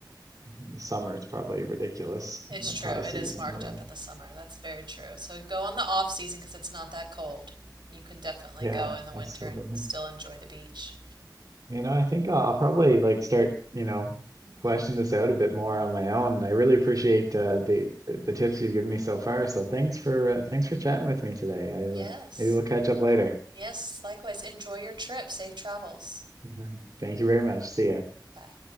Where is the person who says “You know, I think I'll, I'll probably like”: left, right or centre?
Right